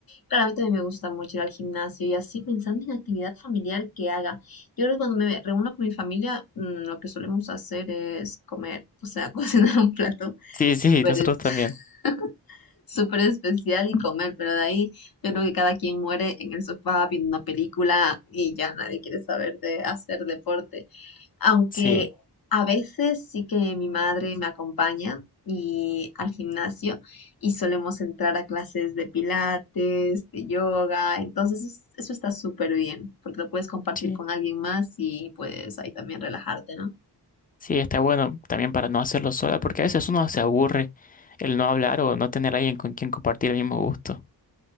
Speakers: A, on the left; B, on the left.
A: Claro, a mí también me gusta mucho ir al gimnasio y así pensando en actividad familiar que haga. Yo creo que cuando me reúno con mi familia, mm, lo que solemos hacer es comer, o sea, <laughs> cocinar un plato
B: Sí, sí,
A: súper
B: <laughs> nosotros
A: es-
B: también.
A: <laughs> súper especial y comer, pero de ahí yo creo que cada quien muere en el sofá viendo una película y ya nadie quiere saber de hacer deporte. Aunque
B: Sí,
A: a veces sí que mi madre me acompaña y al gimnasio y solemos entrar a clases de pilates, de yoga, entonces es- eso está súper bien porque lo puedes compartir
B: sí.
A: con alguien más y puedes ahí también relajarte, ¿no?
B: Sí, está bueno también para no hacerlo sola, porque a veces uno se aburre el no hablar o no tener a alguien con quien compartir el mismo gusto.